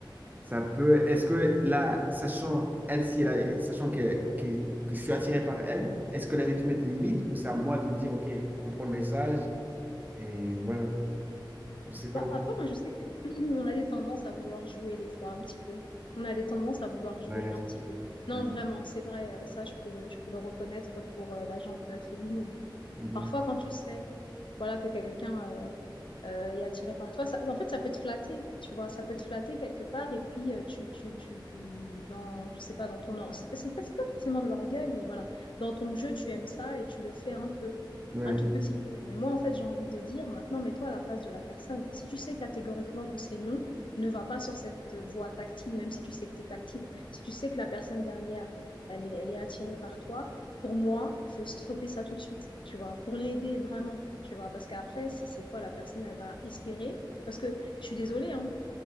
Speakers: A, on the right; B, on the left.
A: ça peut. Est-ce que là, sachant elle, si elle a- sachant que, que, que je suis attiré par elle, est-ce qu'elle avait dû mettre des limites ou c'est à moi de me dire, OK, comprends le message et voilà. Je sais pas
B: Bah,
A: où.
B: après, moi, je sais que <clears throat> on a des tendances à vouloir jouer des fois un petit peu. On a des tendances à vouloir jouer
A: Ouais.
B: un petit peu. Non,
A: Ouais.
B: vraiment, c'est vrai, euh, ça, je peux le, je peux le reconnaître pour euh, la gente féminine.
A: Mhm.
B: Parfois, quand tu sais, voilà, que quelqu'un... euh, euh, et attiré par toi. Ça- en fait, ça peut te flatter, tu vois, ça peut te flatter quelque part, et puis euh, tu, tu, tu, tu, dans, je sais pas, dans ton, or- c'est pas, c'est pas c'est pas forcément de l'orgueil, mais voilà, dans ton jeu, tu aimes ça et tu le fais un peu,
A: Ouais.
B: un tout petit peu. Mais moi, en fait, j'ai envie de dire, maintenant, mets-toi à la place de la personne. Si tu sais catégoriquement que c'est non, ne va pas sur cette euh, voie tactile, même si tu sais que t'es tactile. Si tu sais que la personne derrière, elle est, elle est attirée par toi, pour moi, il faut stopper ça tout de suite, tu vois, pour l'aider vraiment, tu vois, parce qu'après, c'est c'est quoi la personne, elle va espérer. Parce que je suis désolée, hein,